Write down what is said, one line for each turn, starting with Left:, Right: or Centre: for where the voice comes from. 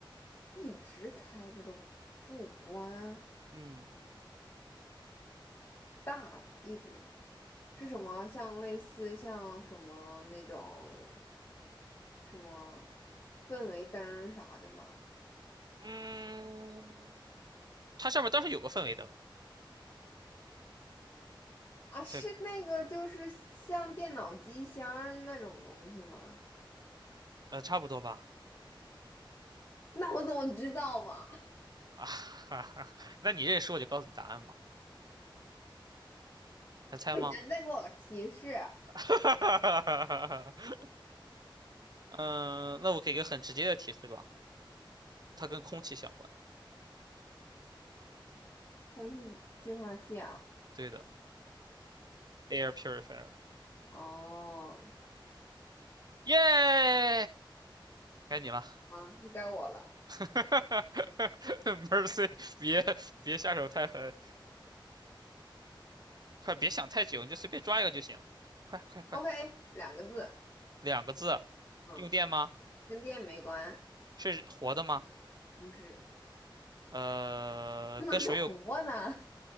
Left: 一直开着都不关，
Right: 嗯
Left: 大的一直是什么？像类似像什么那种什么氛围灯儿啥的吗？
Right: 嗯，它上面倒是有个氛围灯，
Left: 啊，是那个就是像电脑机箱儿那种东西吗？
Right: 这呃差不多吧。
Left: 那我怎么知道嘛？<laughs>
Right: 啊哈哈，<laughs> 那你认识我就告诉你答案嘛，还猜吗？
Left: 不行，你再给我个提示啊！
Right: <laughs> 哈哈哈哈哈。嗯，那我给个很直接的提示吧，它跟空气相关。
Left: 空气净化器啊！
Right: 对的，air purifier。
Left: 哦，
Right: 耶，该你了
Left: 啊，那该我了。
Right: <laughs>，Mercy，别别下手太狠。快别想太久，你就随便抓一个就行。快快快，
Left: OK，两个字，
Right: 两个字，
Left: 嗯，
Right: 用电吗？
Left: 跟电没关，
Right: 是活的吗？
Left: 不是，
Right: 呃，
Left: 不能是活的，
Right: 跟水有，